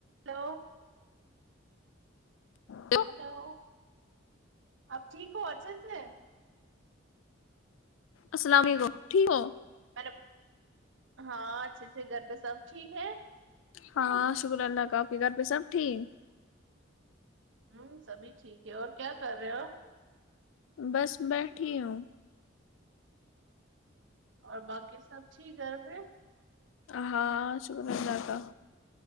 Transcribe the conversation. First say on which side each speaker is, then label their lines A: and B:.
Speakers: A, on the right; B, on the left.
A: hello
B: تو
A: hello آپ ٹھیک ہو اچھے سے
B: السلام علیکم ٹھیک ہو
A: ہیلو ہاں اچھے سے گھر پہ سب ٹھیک ہے
B: ہاں شکر اللہ کا آپ کے گھر پہ سب ٹھیک
A: ہوں سبھی ٹھیک ہے اور کیا کر رہے ہو
B: بس بیٹھی ہوں
A: اور باقی سب ٹھیک ہے گھر پہ
B: ہاں شکر اللہ کا